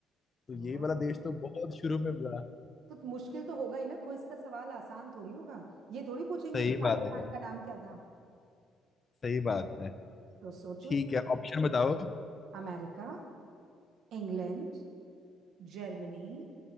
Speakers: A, on the left; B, on the right.
A: तो
B: ओह।
A: ये वाला देश तो बहुत शुरू में था
B: तो मुश्किल तो होगा ही ना क्विज का सवाल आसान थोड़ी होगा ये थोड़ी पूछेंगे
A: सही
B: कि शाहरुख
A: बात है
B: खान
A: यार
B: का नाम क्या था
A: सही बात है
B: तो सोचो
A: ठीक है ऑप्शन बताओ
B: अमेरिका इंग्लैंड जर्मनी